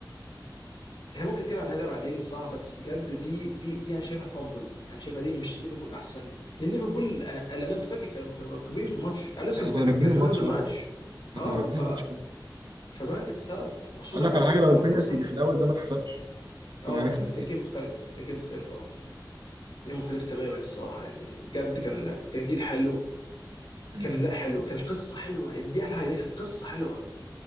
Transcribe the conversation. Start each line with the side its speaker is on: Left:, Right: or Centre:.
Left: احنا ممكن نتكلم عن هذا بعدين الصراحه بس بجد دي دي دي انا شايفها فامبل انا شايفها دي مش ليفربول احسن لان ليفربول أنا- لان انت فاكر كانوا كانوا مركبين في الماتش اليسون
Right: احنا
Left: كان
Right: كنا راكبين
Left: كان
Right: الماتش
Left: مان اوف ذا ماتش
Right: اه احنا إحنا
Left: اه
Right: كنا راكبين
Left: ف
Right: الماتش كله
Left: فمان اتساد وخصوصا
Right: أقول لك
Left: بعد
Right: على حاجة
Left: اللي
Right: لو
Left: انت
Right: البينالتي
Left: عملته اصلا
Right: اللي في الأول ده ما اتحسبش كنا
Left: اه
Right: هنكسب
Left: كان
Right: الجيم.
Left: كان جيم مختلف كان جيم مختلف اه جيل مختلف تماما الصراحه يعني بجد كان كان جيل حلو
Right: مم.
Left: كان لا حلو كان قصه حلوه اديها لها ده كانت قصه حلوه